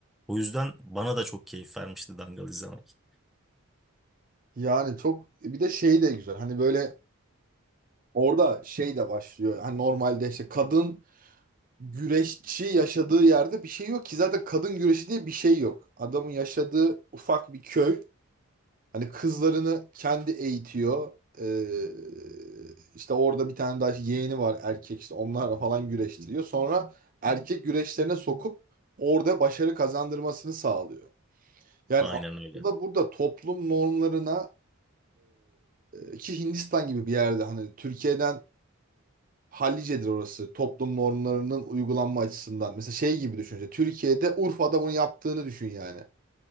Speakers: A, in the centre; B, on the right.
A: O yüzden bana da çok keyif vermişti Dangal izlemek.
B: Yani çok bir de şey de güzel. Hani böyle orada şey de başlıyor. Hani normalde işte kadın güreşçi yaşadığı yerde bir şey yok ki zaten kadın güreşi diye bir şey yok. Adamın yaşadığı ufak bir köy. Hani kızlarını kendi eğitiyor. Ee, işte orada bir tane daha işte yeğeni var erkek işte onlarla falan güreştiriyor. Sonra erkek güreşlerine sokup orada başarı kazandırmasını sağlıyor. Yani
A: Aynen
B: aslında
A: öyle.
B: burada toplum normlarına e, ki Hindistan gibi bir yerde hani Türkiye'den hallicedir orası toplum normlarının uygulanma açısından. Mesela şey gibi düşün. işte Türkiye'de Urfa'da bunu yaptığını düşün yani.